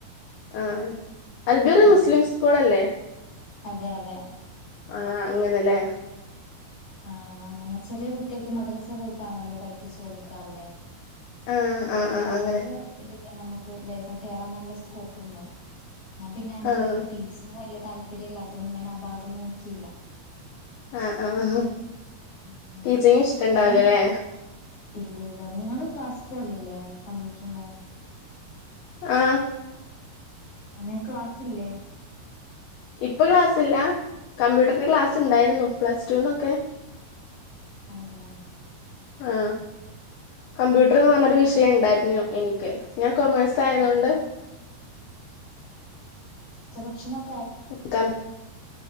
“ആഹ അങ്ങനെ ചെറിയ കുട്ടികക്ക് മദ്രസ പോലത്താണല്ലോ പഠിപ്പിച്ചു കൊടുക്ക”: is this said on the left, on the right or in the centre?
Left